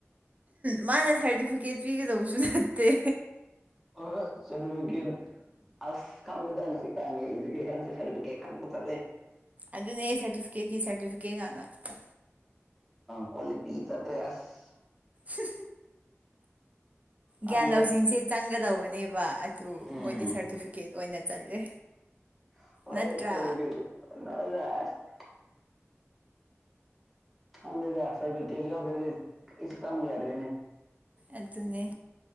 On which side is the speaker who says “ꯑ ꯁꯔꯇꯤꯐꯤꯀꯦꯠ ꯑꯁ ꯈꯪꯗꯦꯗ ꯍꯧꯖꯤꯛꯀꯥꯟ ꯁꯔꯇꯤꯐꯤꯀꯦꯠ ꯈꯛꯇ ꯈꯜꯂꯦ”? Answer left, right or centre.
Centre